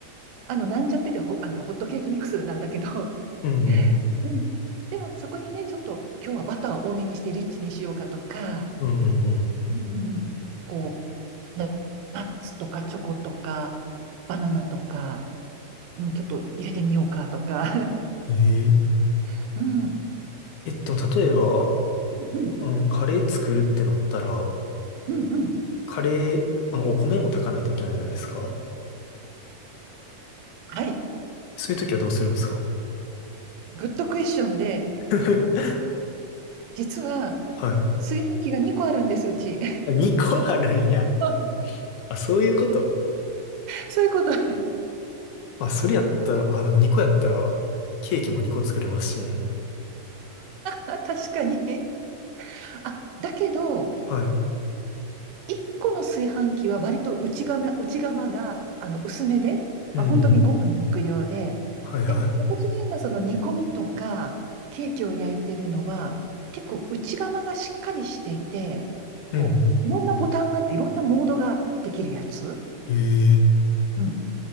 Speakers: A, on the right; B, on the left.
A: あの、なんちゃっててほ、あの、ホットケーキミックスなんだけど、
B: うんうん
A: うんでもそこにね、ちょっと今日はバターを多めにしてリッチにしようかとか、
B: うん。うんうん
A: うんうんうんこう、ナナッツとかチョコとか、バナナとか、うん、ちょっと入れてみようかとか。
B: うん。ええ。
A: <laughs> うん、
B: え、でも例えば、
A: うん、うん、
B: あの、カレー作るってなったら、
A: うんうん。
B: カレー、あの、お米も炊かないといけないじゃないですか。
A: はい。
B: そういう時はどうするんですか
A: グッドクエスチョンで、
B: <laughs>
A: 実は
B: はい。
A: 炊飯器が2個あるんです、うち。
B: あ2個あるんや。
A: <laughs>
B: あ、そういうこと。
A: そういうこと。<laughs> あ
B: まあ、それやったら、あ、でも2個やったら、ケーキも2個作れますしね。
A: あ、確かに。<laughs> あ、だけど、
B: はい。
A: 1個の炊飯器は割と内釜、内釜があの薄めで、
B: うんうん。
A: まあ、本当にご飯炊く用で、
B: はいはい。
A: で、私が今その煮込みとかケーキを焼いてるのは結構内釜がしっかりしていて、
B: うん
A: こう、いろんなボタンがあっていろんなモードができるやつ。
B: うん。ええ。
A: うん。